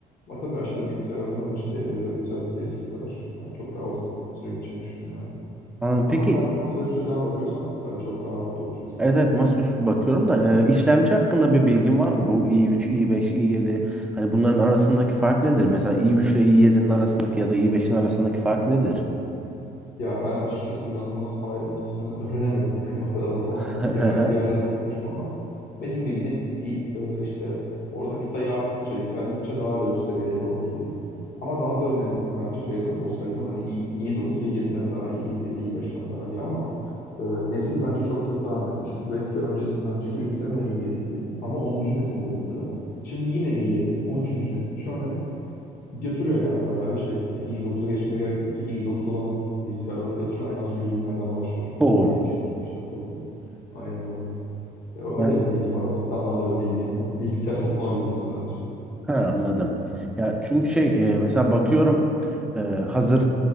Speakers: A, on the left; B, in the centre.
A: Ama tabii aşırı bilgisayar oynamadığım için de evde özellikle eskisi kadar. Yani çok daha uzun süre gideceğini düşünüyorum ben de.
B: Anladım.
A: Ama
B: Peki
A: sen masaüstü falan bakıyorsan tabii çok daha rahat olur yüksek
B: Evet
A: ihtimalle
B: evet masaüstü
A: şey.
B: bakıyorum da e, işlemci hakkında bir bilgin var mı? Bu i3, i5, i7 hani bunların arasındaki fark nedir? Mesela i3 ile i7'nin arasındaki ya da i5'in arasındaki fark nedir?
A: Ya ben açıkçası inanılmaz ayrıntısını öğrenemedim. <laughs> O kadar bakamadım.
B: <laughs>
A: Bir ara bir yerlerde okumuştum ama benim bildiğim i- e, işte oradaki sayı arttıkça, yükseldikçe daha da üst seviyeye doğru gidiyor. Ama daha da önemlisi bence şeyden o sayıdan hani i, i dokuz i7'den daha iyi, i yedi i beşten daha iyi ama Ee, nesil bence çok çok daha önemli. Çünkü benimki öncesi, önceki bilgisayarım da i7'ydi. Ama onuncu nesildi mesela. Şimdi yine i7, 13. nesil. Şu an hani götürüyor yani bayağı bir şey. Yani i9'a geçmeye gerek yok ki. i9 olan bilgisayarların fiyatı şu an en az 100 binlerden başlıyor çünkü.
B: Oo.
A: O yeni çıkmış. işlemci olmuyor. Aynen öyle. Ya öyle
B: Ha,
A: bir bilgim var. Basit anlamda bir bilgi yani. Bilgisayar toplama bilgisi sadece.
B: ha, anladım. Ya çünkü şey e, mesela bakıyorum e, hazır